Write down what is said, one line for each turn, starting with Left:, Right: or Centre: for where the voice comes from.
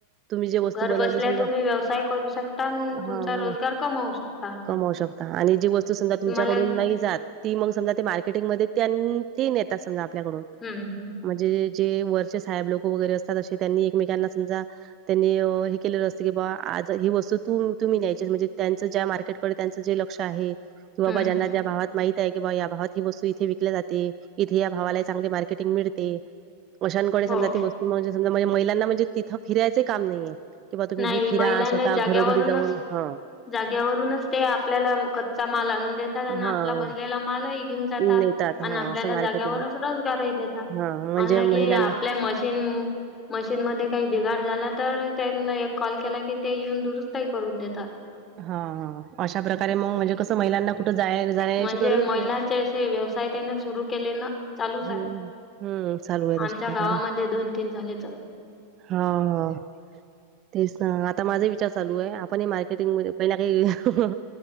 Right: तुम्ही जे वस्तू
Left: घर
Right: बनवली
Left: बसल्या
Right: समजा
Left: तुम्ही व्यवसाय करू शकता आणि
Right: हा.
Left: तुमचा रोजगार कमावू शकता.
Right: कमवू शकता आणि जी वस्तू समधा तुमच्याकडून
Left: तुम्हाला हम्म
Right: नाही जात. ती मग समजा ते मार्केटिंगमध्येध्ये ती न येतात समजा आपल्याकडून.
Left: हम् हम.
Right: म्हणजे जे वरचे साहेब लोक वगैरे असतात असे त्यांनी एकमेकांना समजा. त्यांनी हे केलेलं असतं की बाबा आज ही वस्त तू तुम्ही न्यायची म्हणजे त्यांचं ज्या मार्केट. त्यांच जे लक्ष आहे क बाबा
Left: हम्म
Right: ज्यांना भावात. माहित आहे की बा या भावात ही वस्तू इथे विकल्या जाते इथे या भावाला चांगली मार्केटिंग मिळते. अशांकडे समजा
Left: हो.
Right: ती वस्त म्हजे समजणजे महिलांना म्हणजे तिथं फिरायच काम नाहीे. किंवा तुम्ही
Left: नाही
Right: हे फिरा
Left: महिलांनी
Right: स्वतः
Left: जाग्यावरूनच
Right: घरोघरी जाऊन ह.
Left: जाग्यावरूनच ते आपल्याला कच्चा माल आणून देतात आणि
Right: हां,
Left: आपला बनलेला मालही घेऊन जातात.
Right: नेतात. हां,
Left: आणि आपल्याला
Right: असं मार्केटिंग
Left: जाग्यावरच रोजगारही देतात
Right: हां, म्हणजे
Left: आणिगे
Right: महिलांना
Left: आपल्या मशीन. मशीनमध्येध्ये काही बिगाड झाला तर त्यांना एक कॉल केला की ते येऊन दुरुस्तही करून देतात.
Right: हा हा अशा प्रकारे मग म्हणजे कसं महिलांना कुठं जाय जाण्याची
Left: म्हणजे
Right: गरज
Left: महिलांचे
Right: असते.
Left: व्यवसाय त्याने सुरू केले ना. चालू सर
Right: हम्म हम्म चालू आहे
Left: आमच्या
Right: तशा प्रकारे
Left: गावामध्ये दोन तीन झाले चालू.
Right: हा हा. तेच ना आता माझा विचार चालू आहे आपणही मार्केटिंग मध्ये काही ना काही.